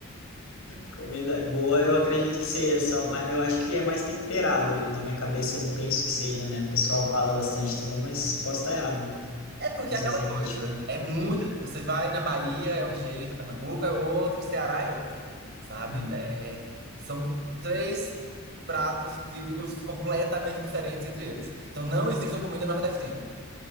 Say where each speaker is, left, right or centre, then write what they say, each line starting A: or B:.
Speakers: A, on the left; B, on the right.
A: Comida boa, eu acredito que seja só, ma- eu acho que é mais temperado. Na minha cabeça eu penso que seja, né? O pessoal fala bastante também, mas posso estar errado, né?
B: É porque
A: Às
B: é aquela
A: vezes a
B: coisa.
A: gente.
B: É muito.
A: a gente-
B: Você vai na Bahia, é um jeito, Pernambuco é outro, Ceará é outro. Sabe?
A: Uhum.
B: É, são três pratos típicos completamente diferentes entre eles. Então não existe uma comida nordestina.